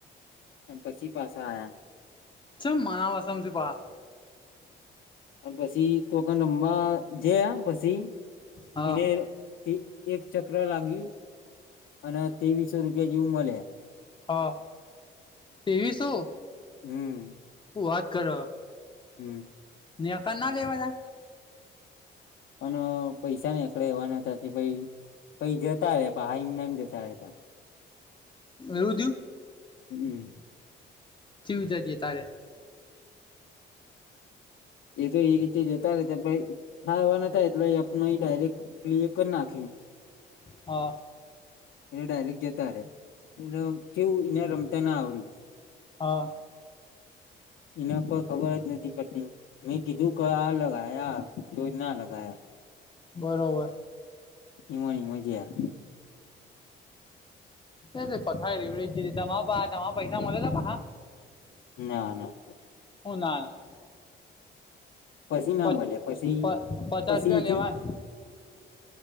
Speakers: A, on the left; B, on the left.
A: અને પછી પાસા આયા.
B: ચમ માવા સમજપા.
A: અને પછી તોકા રમવા જયા પછી
B: હા
A: ઇને તી એક ચક્ર લાગ્યું, અને તેવીસો રૂપિયા જેવું મલે.
B: હા, તેવીસો?
A: હમ્મ.
B: હું વાત કરો!
A: હમ્મ.
B: <unintelligible> ના લેવા તા?
A: પણ પૈસા ન એકળે એવા નતા તે પઈ પઈ જતા રહ્યા પને એમ જતા રહેતા.
B: એવું થયું?
A: હમ્મ.
B: ચીવ ચાજીએ તારે
A: એ તો એ રીતે જતા રહેતા પઈ થા એવા નતા એટલે આપ ડાયરેક્ટ પ્લે કરી નાખ
B: હા.
A: એટલે ડાયરેક્ટ જતા રે, એટલે કેવું એને રમતા ના આવડ્યું.
B: હા.
A: એના પર ખબર જ નથી પડતી, મેં કીધું ક આ લગાય આ, તો ના લગાયા.
B: બરોબર.
A: એમા ને એમાં જયા.
B: એ કથ રવડ તમારે પા તમા પૈસા મળે તો પાહા?
A: ના ના
B: હું ના ના. <inaudible>
A: પછી ના
B: પ
A: મળ્યા પછી
B: પ પચાસ
A: પછીથી
B: રૂપિયા લેવા